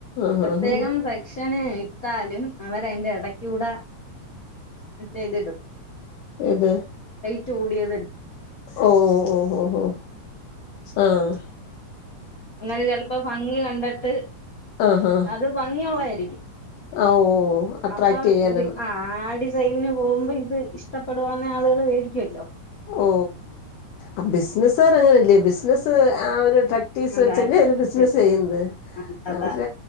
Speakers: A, on the left; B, on the left.
A: ആഹ്
B: പ്രത്യേകം
A: ആഹ് ആഹ്
B: സെക്ഷന് ഇത്താലും അവര അതിന്റെ ഇടക്ക കൂടെ മറ്റേ മറ്റതിടും
A: ഏത്
B: റ്റുടിയത്
A: ഓ ഓ ഓ ഓ ഓ ആഹ
B: അങ്ങനെ ചിലപ്പം ഭംഗി കണ്ടിട്ട്
A: ആഹ് ആഹ്
B: അത് ഭംഗിയുള്ളയാ
A: ആഹ് ഓഹ് അട്രാക്ട്
B: അപ്പം
A: ചെയ്യാനാണ്
B: ഇത് ആഡിസൈലന് പോകുമ്പം ഇത് എച് ഇഷ്ടപ്പെടുവുന്നേ ആളുകൾ വേടിക്കുമല്ലോ
A: ഓ അ ബിസിനർ എങ്ങനെ ബിസിനസ്സ് ആ ഒരു ട്ടെക്റ്റീസ്
B: അതാ
A: ചെറിയ
B: ട്രിക്ക്
A: ഒരു ബിസിനസ് ചെയ്യുന്നത്
B: അതാ അതാ
A: അവ